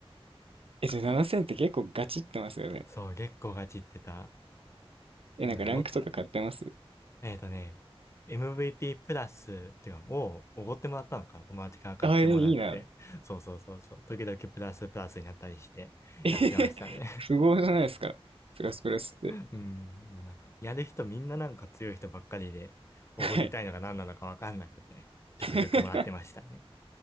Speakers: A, on the right; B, on the left.
A: え、じゃあ7000って結構ガチってますよね。
B: そう、月光が散ってた。
A: え、
B: なんだ、
A: なんかランクとか買ってます
B: も、えっとね、MVP プラスっていうか、をおごってもらったのかな、友達から買ってもらって。
A: あ、え、いいな。
B: <laughs> そうそうそうそう。時々プラスプラスになったりしてやってましたね。
A: えへへ富豪じゃないですか。プラスプラスって。
B: <laughs> うん。でもなんか、やる人みんななんか強い人ばっかりで、おごりたいのが何なのかわかんなくて、
A: はい。
B: ちょくちょくもらってましたね。
A: <laughs>